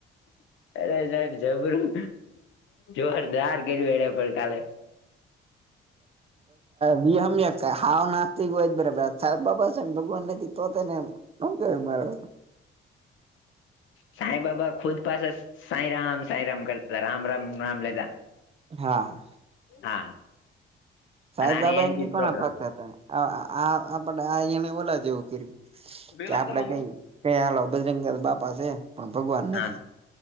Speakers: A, on the left (about 75°); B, on the right (about 30°).
A: અરે સાહેબ જબરું જોરદાર કીધું એણે ભઈ કાલે.
B: વિહમ્ય હાવ નાસ્ટિક હોય તો બરાબર સાંઈબાબા છે ને ભગવાન નથી. તો તેને શું કે મારે.
A: સાંઈબાબા ખુદ પાછા સાંઈ રામ સાંઈ રામ કરતા રામ રામ રામ લેતા.
B: હા.
A: હા.
B: સાંઈબાબા
A: અને આને એનથી
B: ના તો
A: જ
B: ઘણા
A: પ્રોબ્લેમ
B: ભકત હતા આ બધા આ એને ઓલા જેવું કર્યું.
A: બેલમતા
B: કે આપડે
A: માણુસ
B: કઈ કઈ હાલો બજરંગ બાપા છે પણ ભગવાન નથી.
A: હા